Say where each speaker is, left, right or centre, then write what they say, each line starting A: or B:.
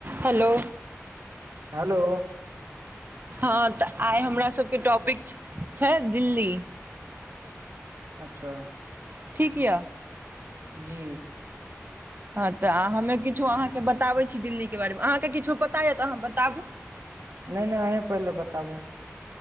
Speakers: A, on the right (about 40°); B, on the right (about 65°).
A: Hello
B: hello
A: हँ तऽ आइ हमरा सबके टॉपिक छै दिल्ली
B: अच्छा
A: ठीक य
B: जी
A: हँ तऽ हमे किछो अहाँकेँ बताबै छी दिल्लीके बारेमे अहाँकेँ किछो पता यए तऽ अहाँ बताबू
B: नइ नइ अही पहिले बताबू